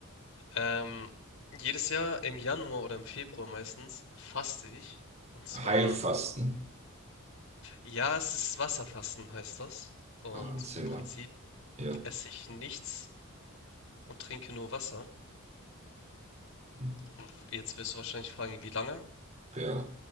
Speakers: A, on the left; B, on the right.
A: ähm, jedes Jahr im Januar oder im Februar meistens faste ich. Und zwar,
B: Heilfasten.
A: ja, es ist Wasserfasten, heißt das. Und
B: Ah, erzähl
A: im Prinzip
B: mal. Ja.
A: esse ich nichts und trinke nur Wasser.
B: Hm.
A: Und jetzt wirst du wahrscheinlich fragen, wie lange?
B: Ja.